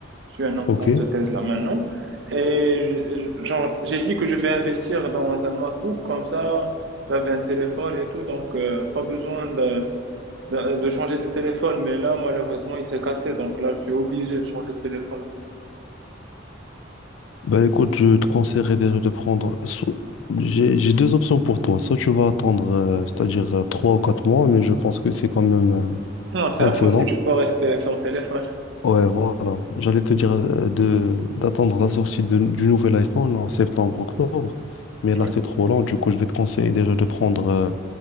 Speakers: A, on the right; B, on the left.
A: Je suis en instance
B: Ok.
A: de thèse là maintenant. Et je- genre, j'ai dit que je vais investir dans un MacBook, comme ça, j'avais un téléphone et tout, donc euh, pas besoin de de changer de téléphone, mais là, malheureusement, il s'est cassé, donc là, je suis obligé de changer de téléphone.
B: Ben écoute, je te conseillerais déjà de prendre... so- J'ai j'ai deux options pour toi. Soit tu vas attendre, euh, c'est-à-dire euh, trois ou quatre mois, mais je pense que c'est quand même euh,
A: Non, c'est impossible,
B: un peu lent.
A: je peux pas rester sans téléphone.
B: Ouais, voilà. J'allais te dire euh, de d'attendre la sortie de- du nouvel iPhone en septembre-octobre, mais
A: <laughs>
B: là
A: Oui,
B: c'est trop lent. Du coup, je vais te conseiller déjà de prendre... euh,